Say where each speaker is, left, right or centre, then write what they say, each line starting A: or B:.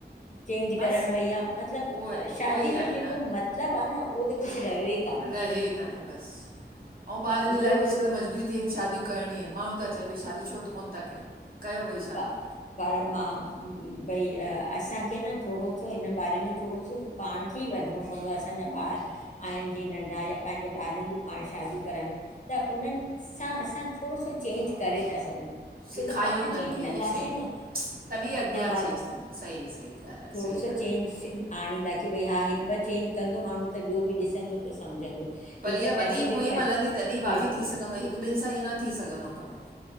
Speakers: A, on the left; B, on the right.
A: चेंज
B: बसि
A: करण वईया, मतिलबु
B: उहो
A: शादी
B: उहो ई
A: जो
B: आहे
A: जेको मत -लब आ न उहो त कुछु रहियो कान्हे
B: रहेई नाहे बसि, अंउं ॿारनि जे
A: इहो
B: लाए बि अॼुकल्ह
A: थो
B: मजबूरी थी वयुं इनि शादियूं करिणी आहे, माण्हूं ता चवनि भई शादी छो कोन्ह था कयो, कयो भई शादी
A: प पर मां भई असांखे न थोड़ो सो इन्ह बारे में थोड़ो सो पांण खे ई वधिणो पवंदो आ, असांजा ॿार आहिनि जीअं नंढा, या पंहिंजे ॿारनि ज्यूं पांण शादियूं करायूं त उन्हनि सां असां थोड़ो सो चेंज करे ता सघूं।
B: सिखा
A: छो त पाण
B: -यूं उन्हनि
A: चेंज
B: खे
A: कंदासीं
B: इह्ये शयूं,
A: न
B: तॾहिं अॻियां
A: वारा
B: चेंज थींदो, सही -सही ॻाल्हि आ
A: थोरो
B: सही
A: सो
B: ॻाल्हि
A: चेंज
B: आ बिल्कुलु।
A: आणींदा की भई हा हिकु ॿ चेंज कंदो माण्हूं त ॿियो बि ॾिसंदो त सम्झंदो।
B: पर
A: हिकु
B: इह्या
A: त
B: वॾी
A: पैसो बि
B: मुहिम
A: ख़र्चु
B: हलंदी, तॾहिं भाभी
A: केरु
B: थी
A: थो
B: सघंदो, हिकु ॿिनि सां ईीअं न थी सघंदो कमु।